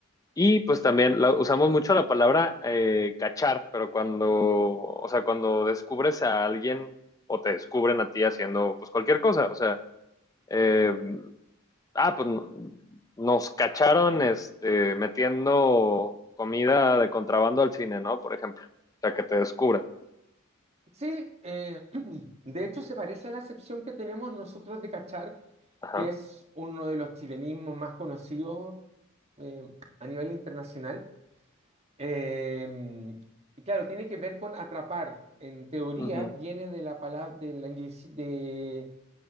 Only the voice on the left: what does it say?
Y pues también la- usamos mucho la palabra eh, cachar, pero cuando, o sea, cuando descubres a alguien o te descubren a ti haciendo pues cualquier cosa, o sea. eh, ah, pues no- nos cacharon este, metiendo comida de contrabando al cine, ¿no? Por ejemplo, o sea, que te descubra.
Ajá.
Ujú.